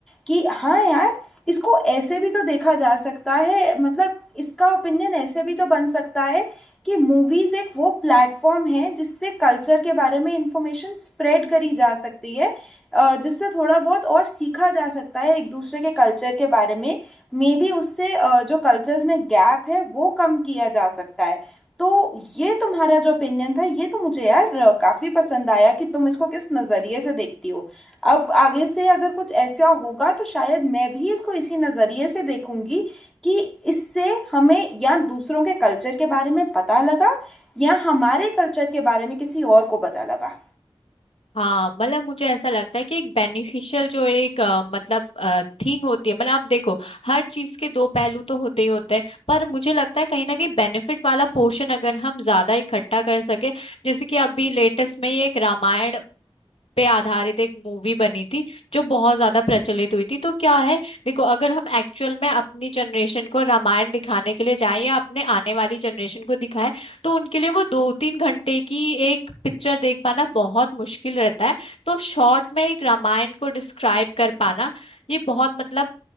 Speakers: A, in the centre; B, on the left (about 75°).
A: कि हाँ यार इसको ऐसे भी तो देखा जा सकता है मतलब इसका ओपिनियन ऐसे भी तो बन सकता है कि मूवीज एक वो प्लेटफॉर्म है जिससे कल्चर के बारे में इंफॉर्मेशन स्प्रेड करी जा सकती है अ, जिससे थोड़ा बहुत और सीखा जा सकता है एक दूसरे के कल्चर के बारे में मे बी उससे अ, जो कल्चर्स में गैप है वो कम किया जा सकता है तो ये तुम्हारा जो ओपिनियन था ये तो मुझे यार अ, काफी पसंद आया कि तुम इसको किस नजरिए से देखती हो अब आगे से अगर कुछ ऐसा होगा तो शायद मैं भी इसको इसी नजरिए से देखूंगी कि इससे हमें या दूसरों के कल्चर के बारे में पता लगा या हमारे कल्चर के बारे में किसी और को पता लगा
B: हाँ मतलब मुझे ऐसा लगता है कि एक बेनिफिशियल जो एक अ, मतलब थिंग होती है मतलब आप देखो हर चीज के दो पहलू तो होते ही होते हैं पर मुझे लगता है कहीं ना कहीं बेनिफिट वाला पोर्शन अगर हम ज्यादा इकट्ठा कर सके जैसे कि अभी लेटेस्ट में ये एक रामायण पे आधारित एक मूवी बनी थी जो बहुत ज्यादा प्रचलित हुई थी तो क्या है देखो अगर हम एक्चुअल में अपनी जनरेशन को रामायण दिखाने के लिए जाएं या अपने आने वाली जनरेशन को दिखाएं तो उनके लिए वो दो तीन घंटे की एक पिक्चर देख पाना बहुत मुश्किल रहता है तो शॉर्ट में एक रामायण को डिस्क्राइब कर पाना ये बहुत मतलब